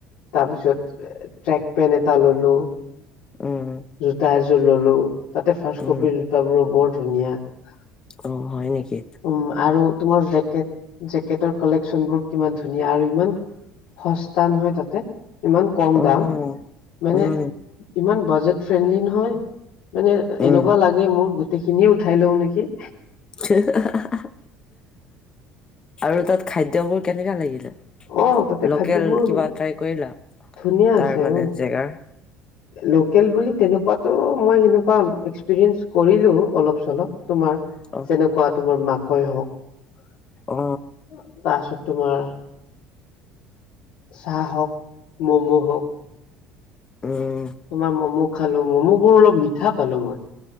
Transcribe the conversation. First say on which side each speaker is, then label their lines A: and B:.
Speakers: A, on the left; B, on the left.
A: তাৰপিছত ট্ৰেক পেন্ট এটা ল'লো,
B: উম,
A: জোতা এযোৰ ল'লো তাতে ফাৰ্ষ্ট
B: উম,
A: কপিৰ জোতাবোৰো বৰ ধুনীয়া। উম,
B: অ', হয় নেকি?
A: আৰু তোমাৰ জেকেট জেকেটৰ কালেকচনবোৰ কিমান ধুনীয়া আৰু ইমান সস্তা নহয় তাত তে। ইমান কম
B: অ',
A: দাম, মানে
B: উম,
A: ইমান বাজেট ফ্ৰেণ্ডলি নহয় মানে
B: উম,
A: এনেকুৱা লাগে মোৰ গো গোটেইখিনি উঠাই লওঁ নেকি!
B: <unintelligible> আৰু তাত খাদ্যবোৰ কেনেকা লাগিলে?
A: অ তাতে
B: লোকেল
A: খাদ্যবোৰ
B: কিবা ট্ৰাই কৰিলা?
A: ধুনীয়া আছে
B: তাৰ মানে
A: অ
B: জেগাৰ
A: লোকেল বুলি তেনেকুৱাতো মই সেনেকুৱা এক্সপিৰিয়েঞ্চ কৰিলো অলপ-চলপ। তোমাৰ,
B: অ,
A: যেনেকুৱা তোমাৰ মাকৈ হওঁক
B: অ,
A: তাৰপিছত তোমাৰ চাহ হওওক, ম'ম' হওঁক
B: উম।
A: তোমাৰ ম'ম' খালোঁ। ম'ম' বোৰ অলপ মিঠা পালো মই।